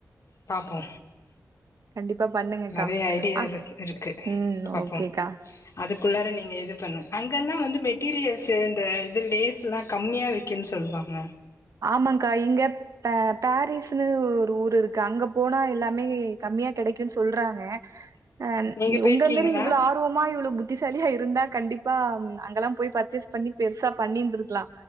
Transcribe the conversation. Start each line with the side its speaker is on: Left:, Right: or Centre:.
Left: பாப்போ
Right: கண்டிப்பா பண்ணுங்கக்கா
Left: நெறைய ஐடியா
Right: அக்
Left: இருக் இருக்கு
Right: ம்
Left: பாப்போ
Right: ஓக்கேக்கா
Left: அதுக்குள்ளார நீங்க இது பண்ணு அங்கல்லா வந்து மெட்டீரியல்ஸு இந்த இது லேஸ்ல்லா கம்மியா விக்குன் சொல்வாங்க
Right: ஆமாங்க்கா எங்கப் டா.. டாரிஸ்ன்னு ஒரு ஊருருக்கு அங்க போனா எல்லாமே கம்மியா கெடைக்குன் சொல்றாங்க ஆ
Left: நீங்க போயிருக்கீங்களா
Right: உங்க மாரி இவ்ளோ ஆ ஆர்வமா இவ்வளவு புத்திசாலியா இருந்தா கண்டிப்பா அம் அங்கலா போய் பர்ச்சேஸ் பண்ணி பெருசா பண்ணிந்துருக்கலா